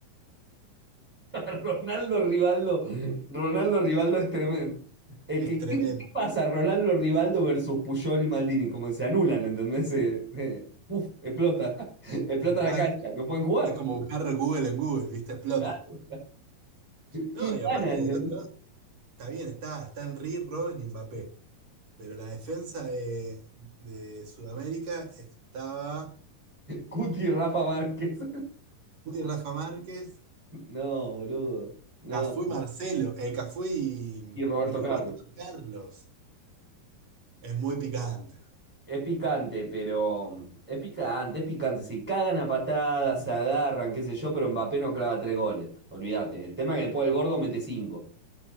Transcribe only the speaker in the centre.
Ronaldo Rivaldo, Ronaldo Rivaldo es tremendo. Es
que,
¿qué, qué pasa? Ronaldo Rivaldo versus Puyol y Maldini, como se anulan, ¿entendés? Se- se- uf, explota, <laughs> explota
la cancha, no pueden jugar.
<laughs>
¿Quién
gana, entendés?
Cuti y Rafa Márquez. <laughs>
No, boludo, no.
Y Roberto
Carlos.
Es picante, pero es picante, es picante. Se cagan a patadas, se agarran, qué sé yo, pero Mbappé no clava tres goles. Olvídate. El tema es que después el gordo mete cinco.